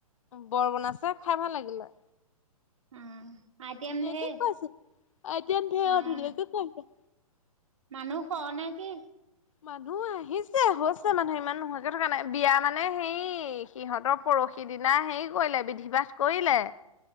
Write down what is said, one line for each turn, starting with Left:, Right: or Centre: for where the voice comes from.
Left: বৰ বনাইছে খাই ভাল লাগিলে।
Right: অ', আইটেম
Left: ধুনীয়াকে
Right: ঢেৰ।
Left: খোৱাছে আইটেম ঢেৰ
Right: অ',
Left: আও ধুনীয়াকে খোৱাইছে।
Right: মানুহ হ নেকি?
Left: মানুহ আহিছে, হৈছে মানুহ ইমান নোহোৱাকে থকা নাই বিয়া মানে সেই সিহঁতৰ পৰহি দিনা সেই কৰিলে বিধি পাঠ কৰিলে।